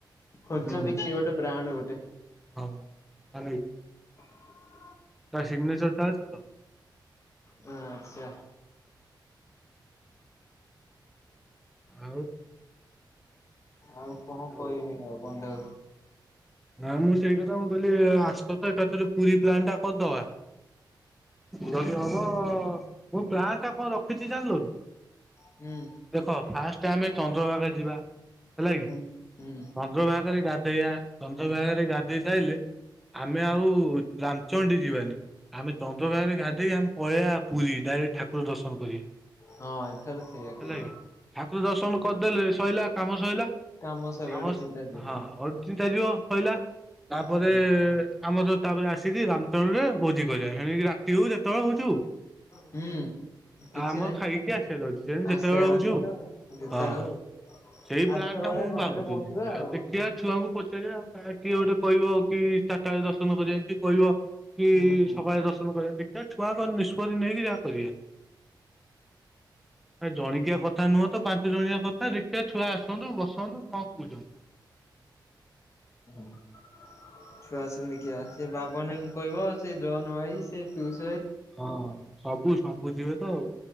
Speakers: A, on the left (about 35°); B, in the centre.
A: ଖୋଜନ୍ତି
B: ହୁଁ
A: କିଏ ଗୋଟେ ବ୍ରାଣ୍ଡ ଗୋଟେ।
B: ହଁ ଭ <unintelligible>
A: <unintelligible>
B: ତା ଶିଗନେଚରଟା ଅଛି ତ।
A: ହଁ ଆଛା।
B: ଆଉ।
A: ଆଉ କଣ
B: ଆଉ
A: କହିବି ଆଉ ବନ୍ଦେ
B: ନା ମୁଁ ସେଇ କଥା ମୁଁ କହିଲି ଆସତ ଏକାଥରେ ପୁରୀ ପ୍ଲାନ୍ ଟା କରଦବା।
A: ପୁରୀ
B: ଯଦି ହବ ମୁଁ ପ୍ଲାନ୍ ଟା କଣ ରଖିଛି ଜାଣଲ କି।
A: ହୁଁ
B: ଦେଖ ଫାଷ୍ଟ ଆମେ ଚନ୍ଦ୍ରଭାଗା ଯିବା। ହେଲା
A: ହୁଁ
B: କି
A: ହୁଁ
B: ଚନ୍ଦ୍ରଭାଗା ରେ ଗାଧେଇବା। ଚନ୍ଦ୍ରଭାଗାରେ ଗାଧେଇ ସାଇଲେ ଆମେ ଆଉ ରାମ୍ଚଣ୍ଡୀ ଯିବାନି ଆମେ ଚନ୍ଦ୍ରଭାଗାରେ ଗାଧେଇ ଆମେ ପଳେଇବା ପୁରୀ ଡାଇରେକ୍ଟ ଠାକୁର ଦର୍ଶନ କରି।
A: ହଁ ଏଥର ସେଇଆ
B: ହେଲା
A: କରିବା
B: କି ଠାକୁର ଦର୍ଶନ କରିଦେଲେ ସଇଲା କାମ ସଇଲା। ଆମ
A: କାମ ସଇଲା ଗୋଟେ ଚିନ୍ତା ଯିବ
B: ହଁ ଅଚିନ୍ତା ଯିବ ସଇଲା। ତାପରେ
A: ହୁଁ
B: ଆମର ତାପରେ ଆସିକି ରାମଚରଣ ରେ ଭୋଜି କରିବା ସେଣିକି ରାତି ହଉ ଯେତେବେଳେ ହଉ। ଚୁ
A: ହୁଁ
B: ଆ
A: କିଛି
B: ଆମର
A: ନାହିଁ
B: ଖାଇକି ଆସିବାର ଅଛି ସେଣିକି
A: ଆସିବାର
B: ଯେତେବେଳେ ହଉଛୁ
A: ଅଛି
B: ହଉ
A: ତ ଯେତେବେଳେ
B: ହଁ
A: ହଉ
B: ସେଇ
A: ଆରଥର
B: ପ୍ଲାନ୍ ତ
A: ଭଳିଆ
B: ମୁଁ
A: ଗୋଟେରେ
B: ଭାବୁଥିଲି
A: ପହଞ୍ଚିବା ଆଉ
B: ଦେଖିବା ଛୁଆଙ୍କୁ ପଚାରିବା କାଳେ କିଏ ଗୋଟେ କହିବ କି ଚାରିଟା ବେଳେ ଦର୍ଶନ କରିବା କି କହିବ କି
A: ହୁଁ
B: ସକାଳେ ଦର୍ଶନ କରିବା ଦେଖିବା ଛୁଆଙ୍କ ନିଷ୍ପତ୍ତି ନେଇକି ଯାହା କରିଆ। ଜଣିକିଆ କଥା ନୁହଁ ତ ପାଞ୍ଚ ଜଣିଆ କଥା ଦେଖିବା ଛୁଆ ଆସନ୍ତୁ ବସନ୍ତୁ କଣ କହୁଛନ୍ତି?
A: <unintelligible> ଛୁଆ ଆସନ୍ତୁ ଦେଖିଆ ସେ ବାବନା ଭାଇଙ୍କି କହିବ, ସେ ଜନ୍ ଭାଇ, ସେ ପିଉସୀ
B: ହଁ ସବୁ ସବୁ ଯିବେ ତ ଆଉ